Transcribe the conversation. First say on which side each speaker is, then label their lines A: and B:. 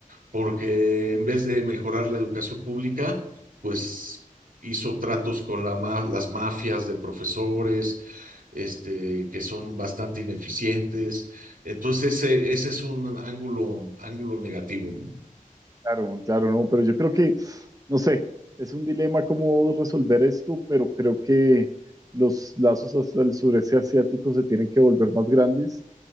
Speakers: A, on the right; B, on the right.
A: porque en vez de mejorar la educación pública, pues hizo tratos con la ma- las mafias de profesores, este, que son bastante ineficientes. Entonces, ese, ese es un ángulo, ángulo negativo, ¿no?
B: Claro, claro, no, pero yo creo que, no sé, es un dilema cómo resolver esto, pero creo que los lazos hasta el sureste asiático se tienen que volver más grandes.